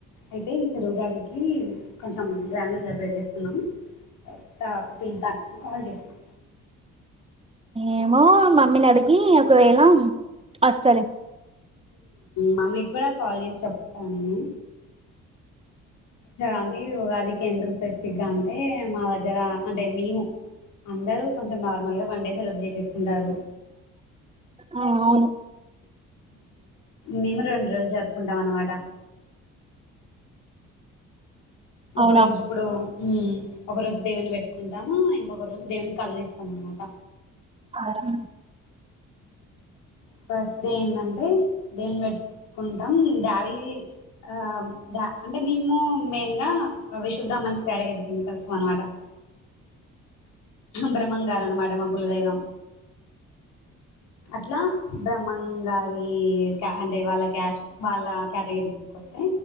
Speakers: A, on the left; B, on the right.
A: అయితే ఈ సారి ఉగాదికి కొంచం గ్రాండ్ గా సెలబ్రేట్ చేస్తున్నాం వస్తా పిలితా కాల్ చేసాను
B: ఏమో మమ్మీని అడిగి ఒకవేళ వస్తా లే
A: మమ్మీ కూడా కాల్ చేసి చెప్తా నేను అంటే ఉగాదికి ఎందుకు స్పెసిఫిక్ గా అంటే మా దగ్గర అంటే మేము అందరూ కొంచెం నార్మల్గా వన్ డే సెలబ్రేట్ చేసుకుంటారు
B: ఆ అవును
A: మేము రెండు రోజులు జరుపుకుంటాం అనమాట ఒక
B: అవునా
A: రోజు ఇప్పుడు ఒక రోజు దేవుని పెట్టుకుంటాము ఇంకొక రోజు దేవుని తళ్లిస్తాం అనమాట
B: అద
A: ఫస్ట్ డే ఏంటంటే దేని బట్టు కుంటాం డాడీ ఆ అంటే మేము మెయిన్ గా విశభ్రా మన కేడగ ఎరికింది కలుసం అనమాట <inaudible> బ్రహ్మంగారూ అనమాట మా గులదైవం అట్లా బ్రహ్మంగారి అంటే వాళ్ళ కష్ వాళ్ళ కేటగిరకి వస్తే